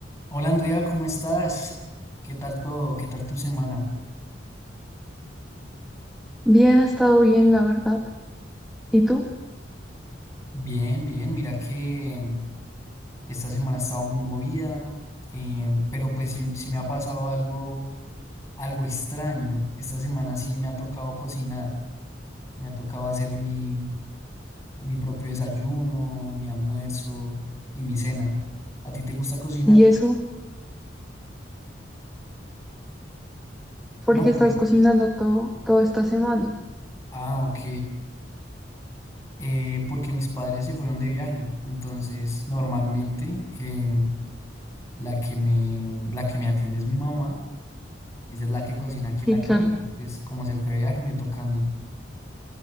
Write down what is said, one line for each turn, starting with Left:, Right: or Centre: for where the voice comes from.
Left: Hola Andrea, ¿cómo estás? ¿Qué tal todo? ¿Qué tal tu semana?
Centre: Bien, ha estado bien, la verdad. ¿Y tú?
Left: Bien, bien. Mira que em, esta semana estaba muy movida, em, pero pues sí, sí me ha pasado algo, algo extraño. Esta semana sí me ha tocado cocinar, me ha tocado hacer mi, mi propio desayuno, mi almuerzo y mi cena. ¿A ti te gusta cocinar?
Centre: ¿Y eso? ¿Por
Left: No,
Centre: qué
Left: pues.
Centre: estás cocinando todo, toda esta semana?
Left: Ah, ok. Eh, porque mis padres se fueron de viaje, entonces normalmente em, La que me, la que me atiende es mi mamá. Ella es la que cocina aquí
Centre: Y
Left: en la casa.
Centre: claro,
Left: Entonces, pues, como se fue de viaje, me toca a mí.